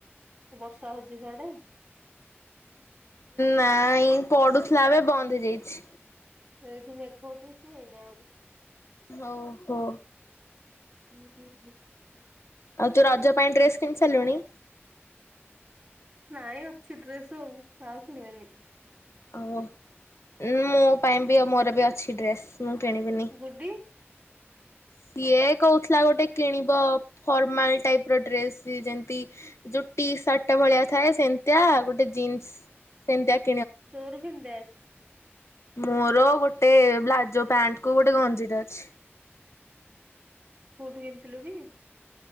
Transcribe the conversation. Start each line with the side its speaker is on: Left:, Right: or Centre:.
Right: ବର୍ଷା ହଉଚି ସିଆଡେ
Left: ନ ପଡୁଥିଲା ଏବେ ବନ୍ଦ ହେଇଯାଇଛି।
Right: ଏଇଠି ମେଘ ଉଠେଇଚି ଏଇନେ ଆହୁ ନାହିଁ।
Left: ହଉ ଓ ହୋ।
Right: ହୁଁହୁଁ ହୁଁ
Left: ଆଉ ତୁ ରଜ ପାଇଁ ଡ୍ରେସ୍ କିଣି ସାରିଲୁଣି।
Right: ନାଇଁ ଅଛି ଡ୍ରେସ୍ ଅଉ ଆଉ କିଣିବେନି।
Left: ଆଉ ମୋ ପାଇଁ ବି ମୋର ବି ଅଛି ଡ୍ରେସ୍। ମୁଁ କିଣିିବିନି।
Right: ଗୁଡି
Left: ସିଏ କହୁଥିଲା ଗୋଟେ କିଣିବ ଫର୍ମାଲ ଟାଇପ୍ ର ଡ୍ରେସ୍ ଯେମତି ଯୋଉ ଟି ସାର୍ଟ ଟା ଭଳିଆ ଥାଏ। ସେମିତିଆ ଗୋଟେ ଜିନ୍ସ୍ ସେମତିଆ
Right: ତୋର କେମଦିଆ ଅଛି।
Left: ମୋର ଗୋଟେ ବ୍ଲାଜୋ ପ୍ୟାଣ୍ଟକୁ ଗୋଟେ ଗଞ୍ଜିଟେ ଅଛି।
Right: କୋଉଠୁ କିଣିଥିଲୁ କି?